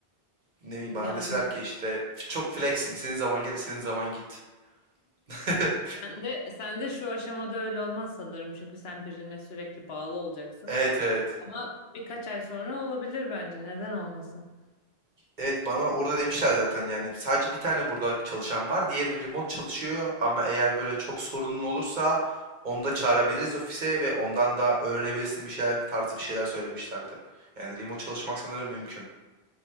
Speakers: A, on the right; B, on the left.
A: Ne bileyim bana
B: Yani
A: deseler ki işte çok flexsin. istediğin zaman gel, istediğin zaman git. <laughs>
B: sen de sen de şu aşamada öyle olmaz sanırım çünkü sen birine sürekli bağlı olacaksın.
A: Evet evet.
B: Ama birkaç ay sonra olabilir bence. Neden olmasın?
A: Evet bana orada demişler zaten yani sadece bir tane burada çalışan var. Diğeri remote çalışıyor ama eğer böyle çok sorunun olursa onu da çağırabiliriz ofise ve ondan da öğrenebilirsin bir şeyler tarzı bir şeyler söylemişlerdi. Yani remote çalışmak sanırım mümkün.